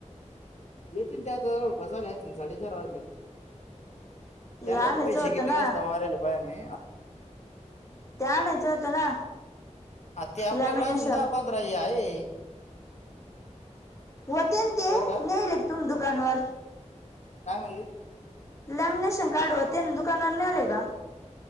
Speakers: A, on the left (about 65°); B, on the left (about 25°).
A: येतील जवळपास आले असतील साडेचार वाजले
B: हे
A: त्यांना
B: आणायचं
A: पैसे
B: होतं
A: किती
B: ना
A: वाजता माराल होय मी
B: ते आणयचं होत ना
A: आता ते आपल्याकडे
B: लॅमिनेशन
A: अजून दहा पंधरा आहे <inaudible>
B: होतेंनं ते
A: बरं का
B: नेले तुम्ही दुकानवर
A: काय म्हणली
B: लॅमिनेशन कार्ड व ते दुकानाला नेले का